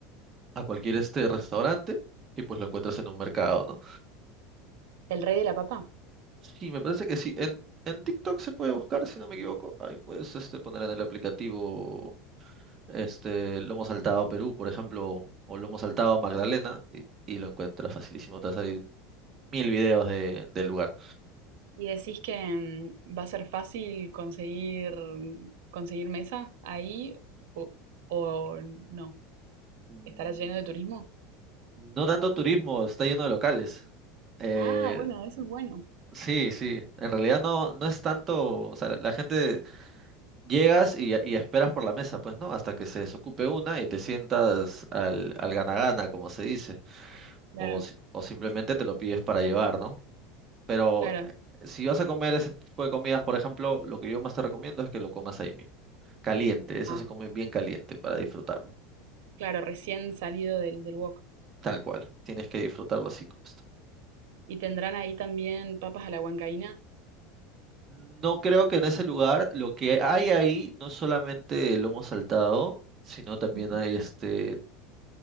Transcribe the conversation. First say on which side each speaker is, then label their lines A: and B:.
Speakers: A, on the right; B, on the right.
A: a cualquier este restaurante y pues lo encuentras en un mercado, ¿no?
B: ¿El rey de la papa?
A: Sí, me parece que sí. En, en TikTok se puede buscar, si no me equivoco. Ahí puedes este, poner en el aplicativo este lomo saltado Perú, por ejemplo, o lomo saltado Magdalena y, y lo encuentras facilísimo. Te va a salir mil videos de, del lugar.
B: ¿Y decís que mm, va a ser fácil conseguir, conseguir mesa ahí o, o no?
A: Mm,
B: ¿Estará lleno de turismo?
A: No tanto turismo, está lleno de locales. Eh,
B: Ah, bueno, eso es bueno.
A: sí, sí. En realidad no, no es tanto, o sea, la la gente Llegas y, y esperas por la mesa, pues, ¿no? Hasta que se desocupe una y te sientas al, al gana-gana, como se dice.
B: Claro,
A: O, si- o simplemente te lo pides para llevar, ¿no? Pero
B: claro.
A: eh, si vas a comer ese tipo de comidas, por ejemplo, lo que yo más te recomiendo es que lo comas ahí mismo. Caliente, eso
B: Ah,
A: se come bien caliente para disfrutarlo.
B: claro, recién salido del, del wok.
A: Tal cual. Tienes que disfrutarlo así como está.
B: ¿Y tendrán ahí también papas a la huancaína?
A: No creo que en ese lugar lo que hay ahí no es solamente el lomo saltado, sino también
B: Ujú.
A: hay este